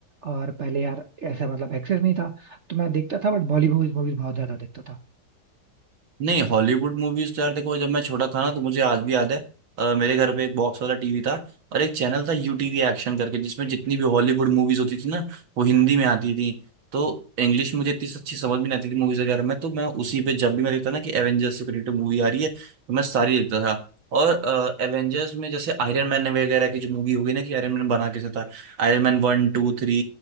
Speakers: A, on the right (about 55°); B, on the right (about 80°).
A: और पहले यार ऐसा मतलब एक्सेस नहीं था तो मैं देखता था बट बॉलीवुड मूवीज बहुत ज्यादा देखता था
B: नहीं हॉलीवुड मूवीज तो यार देखो जब मैं छोटा था ना तो मुझे आज भी याद है अ, मेरे घर पे एक बॉक्स वाला टीवी था और एक चैनल था यू टीवी एक्शन करके जिसमें जितनी भी हॉलीवुड मूवीज होती थी ना वो हिंदी में आती थी तो इंग्लिश मुझे इतनी अच्छी समझ भी नहीं आती थी मूवीज वगैरह में तो मैं उसी पे जब भी मैं देखता ना कि एवेंजर्स से रिलेटेड मूवी आ रही है तो मैं सारी देखता था और एवेंजर्स में जैसे आयरन मैन वगैरह की जो मूवी हो गई ना कि आयरन मैन बना कैसे था Iron Man one two three